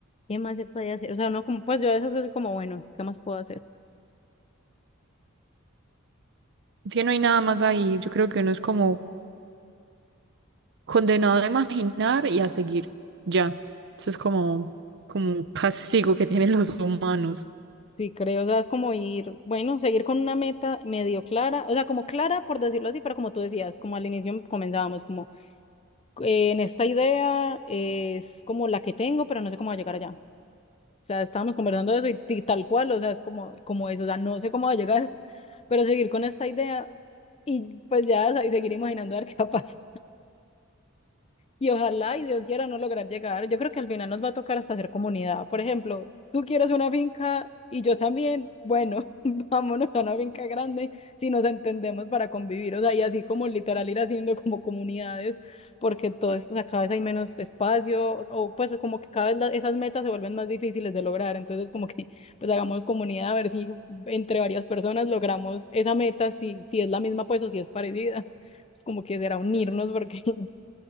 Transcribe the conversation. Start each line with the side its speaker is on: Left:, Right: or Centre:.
Left: ¿qué más se puede hacer? O sea, no como, pues yo a veces soy como, bueno, ¿qué más puedo hacer?
Right: Si no hay nada más ahí, yo creo que uno es como condenado a imaginar y a seguir. Ya. Eso es como, como un castigo que tienen los humanos.
Left: Sí, creo, o sea, es como ir, bueno, seguir con una meta medio clara, o sea, como clara por decirlo así, pero como tú decías, como al inicio comenzábamos, como eh, en esta idea es como la que tengo, pero no sé cómo va a llegar allá. O sea, estábamos conversando de eso y, ti- tal cual, o sea, es como, como eso, o sea, no sé cómo va a llegar, <laughs> pero seguir con esta idea y pues ya, o sea, y seguir imaginando a ver qué va a pasar y ojalá y Dios quiera no lograr llegar. Yo creo que al final nos va a tocar hasta hacer comunidad. Por ejemplo, tú quieres una finca y yo también. Bueno, <laughs> vámonos a una finca grande si nos entendemos para convivir. O sea, y así como literal ir haciendo como comunidades, porque todo esto o sea, cada vez hay menos espacio o o, pues como que cada vez la- esas metas se vuelven más difíciles de lograr. Entonces como que <laughs> pues hagamos comunidad a ver si entre varias personas logramos esa meta, si, si es la misma pues o si es parecida. Pues como que será unirnos porque <laughs>